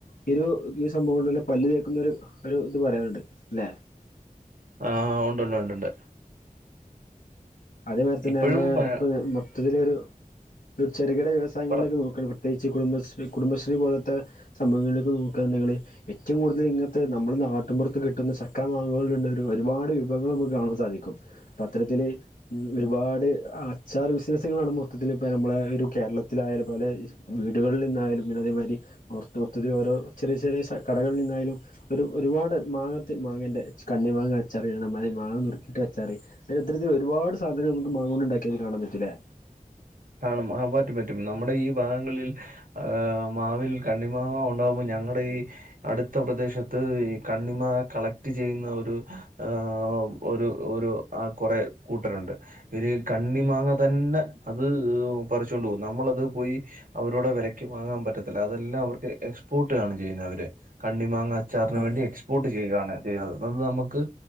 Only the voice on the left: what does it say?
ഈ ഒരു ഈ സംഭവം കൊണ്ട്ല്ലെ പല്ല് തേക്കുന്ന ഒരു ഒരു ഇത് പറയാർ ഇണ്ട് ലെ?
അതെ മാരി തെന്നെ
നമ്മളെ
ഇപ്പ ഇത് മൊത്തത്തിൽ ഒരു ഒരു ചെറുകിട വ്യവസായങ്ങളിലേക്ക്
നോക്കാണെങ്കി പെട്ട പ്രത്യേകിച്ച് കുടുംബശ്രീ കുടുംബശ്രീ പോലത്തെ സംഭവങ്ങളിലേക്ക് നോക്കാന് ഞങ്ങൾ ഏറ്റവും കൂടുതൽ ഇങ്ങത്തെ നമ്മള നാട്ടുമപുറത്ത് കിട്ടുന്ന ചക്ക മാങ്ങകൾ ഒരു ഒരുപാട് വിഭവങ്ങൾ നമുക്ക് കാണാൻ സാധിക്കും പത്രത്തില് ഉം ഒരുപാട് അച്ചാർ ബിസിനസ്സുകളാണ് മൊത്തത്തിൽ ഇപ്പ നമ്മളെ ഒരു കേരളത്തിലായാലും പലെ വീടുകളിൽ നിന്നായാലും പിന്നെ അതേമാതിരി പൊർത്ത് മൊത്തത്തിൽ ഓരോ ചെറെ ചെറെ കടകളിൽ നിന്നായാലും ഒരു ഒരുപാട് മാങ്ങത്ത് മാങ്ങേൻ്റെ കണ്ണി മാങ്ങ അച്ചാറിടനം ന്നാലെ മാങ്ങം നുറുക്കയിട്ട് അച്ചാറി ഇത്തരത്തിൽ ഇത് ഒരുപാട് സാധനം നമ്മെക്ക് മാങ്ങോണ്ട് ഇണ്ടാക്കിയെത് കാണാൻ പറ്റും ലെ
അതെ